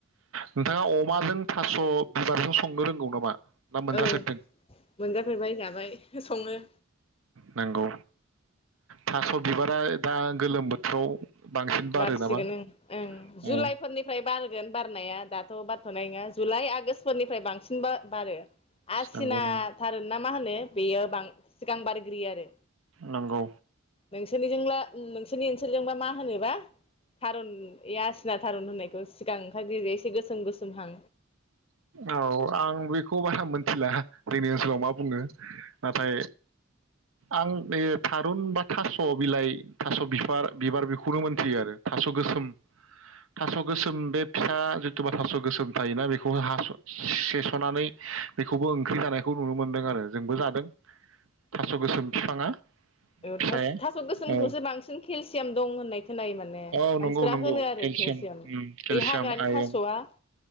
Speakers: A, on the right; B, on the left.
A: नोंथाङा अमाजों थास' बिबारजों संनो रोंगौ नामा ना मोनजाफेरदों
B: औ मोनजाफेरबाय जाबाय संनो
A: नंगौ थास' बिबारा दा गोलोम बोथोराव बांसिन बारो
B: बारसिगोन
A: नामा
B: ओं ओं जुलाइफोरनिफ्राय
A: औ
B: बारगोन बार होननाया दा औ बारथनाय नङा जुलाइ आगोष फोरनिफ्राय बांसिन बा-बारो आसिनाथारुना
A: नंगौ नंगौ
B: मा होनो बेयो बां सिगां बारग्रोयो आरो
A: नंगौ
B: नोंसोरनिजोंला नोंसोरनि ओनसोलजोंबा मा होनोबा थारुन एय आसिना थारुन होननायखौ सिगां ओंखार ग्रोयो एसे गोसोम गोसोम हां
A: औ आं बेखौ बारा मोनथिला जोंनि ओनसोलाव मा बुङो नाथाय आं नै थारुन बा थास' बिलाइ थास' बिफार बिबार बेखौल मोनथियो आरो थास गोसोम थास' गोसोम बे फिसा जिथुबा थास' गोसोम थायोना बेखौ हास से-सनानै बेखौबो ओंख्रि जानायखौ नुनो मोनदों आरो जोंबो जादों थास गोसोम बिफाङा।
B: औ
A: फिसाया
B: थास' थास' गोसोमखौसो
A: औ
B: बांसिन खेल सेम दं होननाय खोनायो माने
A: औ नंगौ
B: मानसिफोरा
A: नंगौ
B: होनो आरो केलसियाम
A: उम केलसियाम
B: बे हाग्रानि
A: आयरन
B: थास'आ